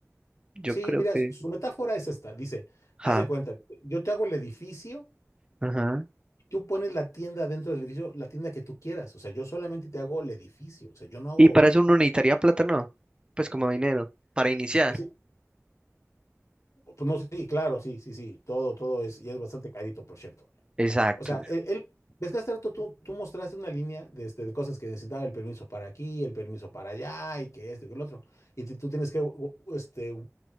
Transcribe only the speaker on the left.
Sí,
mira,
su su metáfora es esta. Dice,
haz de cuenta, yo te hago el edificio
tú pones la tienda dentro del edificio, la tienda que tú quieras. O sea, yo solamente te hago el edificio. O sea, yo no hago.
Sí, pues no, sí, claro, sí, sí, sí. Todo, todo es, y es bastante carito, por cierto.
O sea, él, él- ves que hace rato tú, tú mostraste una línea de, este, de cosas que necesitaba el permiso para aquí, el permiso para allá, y que esto y que el otro. Y tú tú tienes que u- u- este,